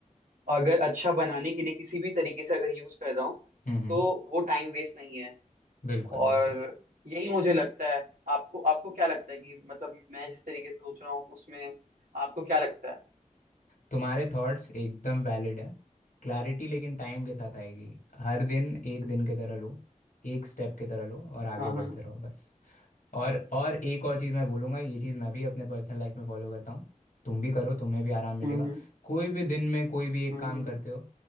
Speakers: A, on the right (about 80°); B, on the left (about 80°).
A: अगर अच्छा बनाने के लिए किसी भी तरीके से अगर यूज कर रहा हूँ
B: हम्म हम्म
A: तो वो टाइम वेस्ट नहीं है
B: बिल्कुल
A: और
B: बिल्कुल
A: यही मुझे लगता है आपको आपको क्या लगता है कि मतलब मैं जिस तरीके से सोच रहा हूँ उसमें आपको क्या लगता है
B: तुम्हारे थॉट्स एकदम वैलिड हैं क्लैरिटी लेकिन टाइम के साथ आएगी हर दिन एक दिन की तरह लो एक स्टेप की तरह लो और आगे
A: हाँ
B: बढ़ते
A: हाँ
B: रहो बस और और एक और चीज़ मैं बोलूँगा ये चीज़ मैं भी अपने पर्सनल लाइफ में फॉलो करता हूँ तुम भी करो तुम्हें भी आराम मिलेगा
A: हम्म हम्म
B: कोई भी दिन में कोई भी एक
A: हम्म
B: काम करते हो